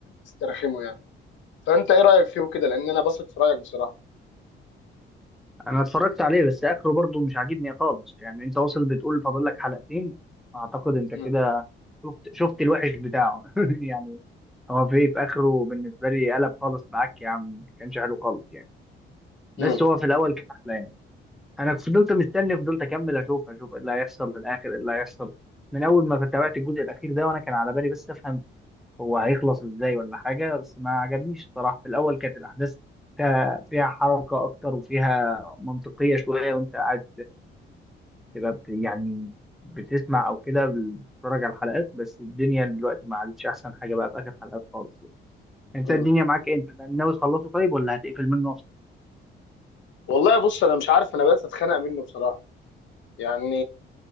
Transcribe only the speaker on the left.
استرخمه يعني فانت ايه رايك فيه وكده لان انا بثق في رايك بصراحه
امم
امم
امم
والله بص انا مش عارف انا بدات اتخنق منه بصراحه يعني